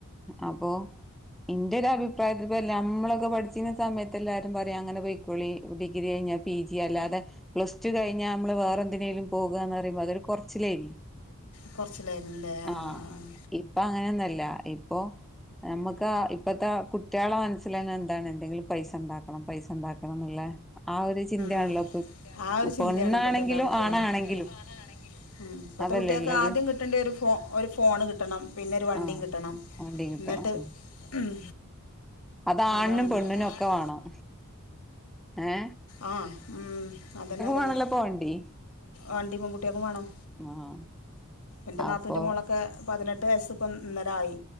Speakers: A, in the centre; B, on the left.
A: അപ്പോ എന്റെ ഒരു അഭിപ്രായം നമ്മളൊക്കെ പഠിച്ചിക്കുന്ന സമയത്ത് എല്ലാരും പറയാ അങ്ങനെ പൊയ്ക്കോളി ഡിഗ്രി കഴിഞ്ഞാ പി ജി അല്ലാതെ പ്ലസ് ടു കഴിഞ്ഞാൽ നമ്മള് വേറെന്തിനേിലും പോകുകന്ന് പറുമ്പോ അതൊരു കുറച്ചിലനി
B: പറച്ചിലേനി കൊറച്ചിലായിരുന്നുല്ലേ ആഹ് ആഹ്
A: ആ ഇപ്പൊ അങ്ങനെൊന്നല്ല ഇപ്പൊ നമ്മക്ക് <unintelligible> കുട്ടികളെ മനസ്സില് എന്താണ് എന്തെങ്കിലും പൈസ ഉണ്ടാക്കണം പൈസ ഉണ്ടാക്കണം എന്നുള്ള ആ ഒരു ചിന്തയാണല്ലോ
B: ഉം ഉം
A: ഇപ്പൊ
B: ആ
A: ഇപ്പൊ
B: ഒരു ചിന്തയാണ്
A: പെണ്ണാണെങ്കിലും
B: ഇപ്പത്തെ എല്ലാ കുട്ടികളും
A: ആണാണെങ്കിലും
B: ഉം ഉം ഇപ്പത്തെ
A: അതല്ലേ
B: കുട്ട്യാക്ക്
A: ഉള്ളത്
B: ആദ്യം കിട്ടണ്ടിയെ ഒരു ഫോ ഒരു ഫോണ് കിട്ടണം പിന്നെ ഒരു വണ്ടിം
A: ആഹ
B: കിട്ടണം
A: വണ്ടി കിട്ടണം
B: ഇന്നട്ട്
A: ഉ
B: ഉം
A: അത് ആണിനും
B: അതാണ്
A: പെണ്ണിനും
B: അത് ആണിനും
A: ഒക്കെ വേണം ഏ
B: ആ ഉം അതന്നെ അതന്നെ
A: വേണല്ലോ ഇപ്പൊ വണ്ടി
B: വണ്ടി പെൺകുട്ടിയാൾക്കും വേണം
A: ആഹ്
B: ഇന്റെ
A: അപ്പൊ
B: നാത്തൂന്റെ മോളൊക്കെ പതിന ട്ട് വയസ്സ് ഇപ്പൊ ഇന്നലെ ആയി